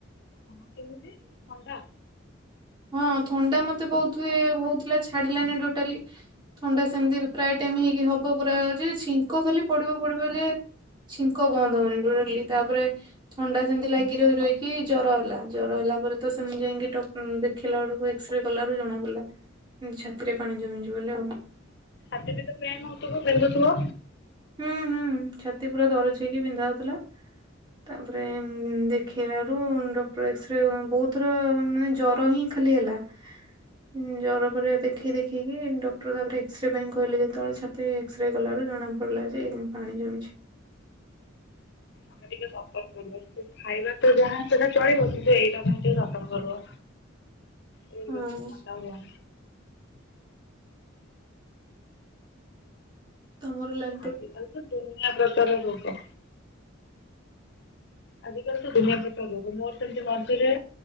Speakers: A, on the left; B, on the right.
A: ହଁ କେମିତି ଥଣ୍ଡା।
B: ହଁ ଥଣ୍ଡା ମତେ ବହୁତ ହୁଏ ହଉଥିଲା ଛାଡିଲାନି ଟୋଟାଲି ଥଣ୍ଡା ସେମିତି ପ୍ରାୟ ଟାଇମ ହେଇକି ହବ ପୁରା ଯେ ଛିଙ୍କ ଖାଲି ପଡିବ ପଡିବ ଯେ ଛିଙ୍କ ବନ୍ଦ ହଉନି ଡଡଲି ତାପରେ ଥଣ୍ଡା ସେମିତି ଲାଗି ରହି ରହିକି ଜ୍ୱର ହେଲା ଜର ହେଲା ପରେ ତ ସେମିତି ଯାଇକି ଟ ଉଁ ଦେଖିଲା ବେଳକୁ ଏକ୍ସରେ କଲାରୁ ଜଣା ପଡିଲା ଛାତିରେ ପାଣି ଜମିଛି ବୋଲି ହଉ।
A: ଛାତି ବି ତ ପେ ନ ହଉଥିବ ପେନ୍ଧୁଥିବ।
B: ହୁଁ ହୁଁ ଛାତି ପୁରା ଦରଜ ହେଇକି ପିନ୍ଧା ହଉଥିଲା। ତାପରେ ଦେଖେଇଲାରୁ ଡକ୍ଟର ଏକ୍ସରେ ବହୁତଥର ମାନେ ଜର ହିଁ ଖାଲି ହେଲା। ହଁ ଜର ପରିବା ଦେଖେଇ ଦେଖିକି ଡକ୍ଟର ତାପରେ ଏକ୍ସରେ ପାଇଁ କହିଲେ ଯେତେବେଳେ ଛା ତି ଏକ୍ସରେ କଲାରୁ ଜଣା ପଡିଲା ଯେ ପାଣି ଜମିଛି।
A: <unintelligible> ଖାଇବା ତ ଯାହା ସେଇଟା ଚଳିବ କିନ୍ତୁ ଏଇଟା କେମତି ଯତନ କରିବ। ଏ
B: ହୁଁ।
A: ର ଥଣ୍ଡା ହୁଆ।
B: ତମର ଲାଗ
A: ଆଜି କାଲି ତ ଦୁନିଆ ପ୍ରକାର ରୋଗ। ଆଜିକାଲି ତ ଦୁନିଆ ପ୍ରକାର ରୋଗ ମୋର୍ ସେମିତି ମଝିରେ